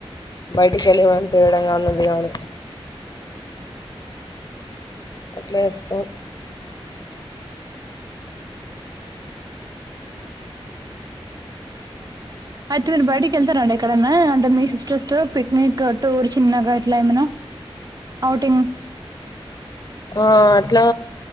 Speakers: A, on the left; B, on the right.
A: బయటికి ఎళ్ళి ఏమన్న తేవడం గాని ఉంది కానీ అట్లే ఇస్తాం
B: ఐతె మీరు బయటకి ఎళ్తరా అండి ఇక్కడనా అంటే మీ సిస్టర్స్తో పిక్నిక్ టూర్ చిన్నగా ఎట్ల ఏమన్న ఔటింగ్
A: ఆ అట్లా